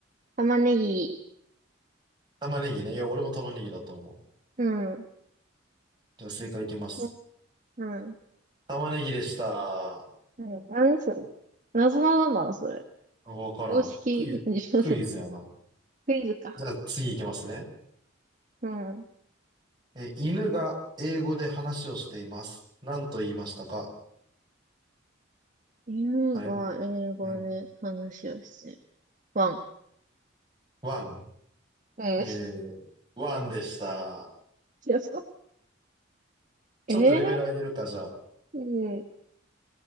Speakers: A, on the right; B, on the right.
A: 玉ねぎ。
B: 玉ねぎね。いや、俺も玉ねぎだと思う。
A: うん。
B: じゃあ、正解いきます。
A: うん。うん
B: 玉ねぎでした。
A: ね何それ謎なんだな、それ。
B: わからん。
A: 公式、
B: クイズ、
A: <laughs>
B: クイズやな。
A: クイズか。
B: じゃあ次行きますね。
A: うん。うん
B: え、犬が英語で話をしています。何と言いましたか
A: 犬が英語で話をしてる。
B: はい、うん。
A: ワン。
B: ワン。
A: うん。
B: えー、
A: い
B: ワンでした。
A: や、そう。
B: ちょっとレベル上げるか、
A: えー、
B: じゃあ。
A: うん。